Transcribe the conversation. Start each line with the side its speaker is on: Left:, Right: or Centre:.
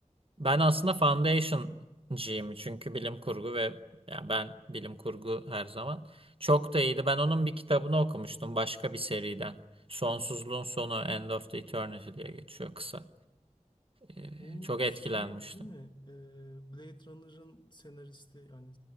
Right: Ben aslında Foundation'cıyım. Çünkü bilim kurgu ve ya ben bilim kurgu her zaman. Çok da iyiydi. Ben onun bir kitabını okumuştum başka bir seriden. Sonsuzluğun sonu End of the Eternity diye geçiyor kısa. E,
Left: Bu
Right: çok etkilenmiştim.
Left: şeydi değil mi? Ee, Blade Runner'ın senaristi yani